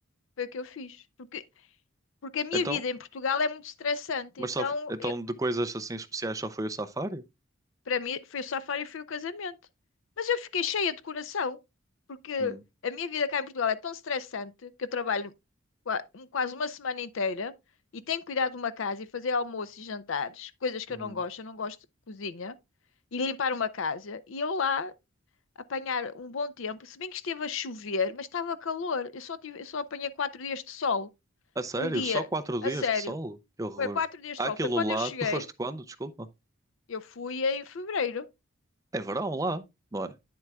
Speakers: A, on the left; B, on the right.
A: Foi o que eu fiz. Porque, porque a minha
B: Então,
A: vida em Portugal é muito estressante.
B: Mas
A: Então,
B: só, f- então
A: eu-
B: de coisas assim especiais só foi o safari?
A: para mim, foi o safari e foi o casamento. Mas eu fiquei cheia de coração. Porque
B: Hum.
A: a minha vida cá em Portugal é tão estressante que eu trabalho qua- um- quase uma semana inteira e tenho que cuidar de uma casa e fazer almoço e jantares, coisas que
B: Uhum.
A: eu não gosto. Eu não gosto de cozinha e limpar uma casa. E eu lá apanhar um bom tempo, se bem que esteve a chover, mas estava calor. Eu só tive, eu só apanhei quatro dias de sol.
B: A sério?
A: Um dia,
B: Só quatro
A: a
B: dias
A: sério.
B: de sol? Que horror.
A: Foi quatro dias
B: Há
A: de sol.
B: Aquilo
A: Foi quando
B: lá,
A: eu cheguei,
B: tu foste quando? Desculpa.
A: eu fui em fevereiro.
B: É verão lá, não é?